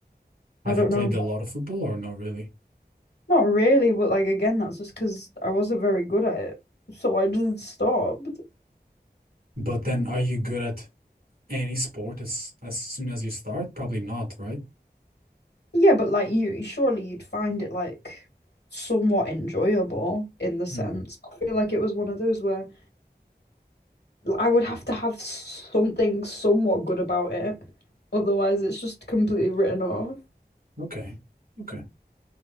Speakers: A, on the right (about 65°); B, on the left (about 75°).
A: have
B: I don't
A: you played
B: know.
A: a lot of football or not really?
B: Not really, but like again, that's just because I wasn't very good at it. So I just stopped.
A: But then, are you good at any sport as as soon as you start? Probably not, right?
B: Yeah, but like you surely you'd find it like somewhat enjoyable in the sense.
A: Hmm.
B: I feel like it was one of those where I would have to have something somewhat good about it. Otherwise it's just completely written off.
A: Okay. Okay.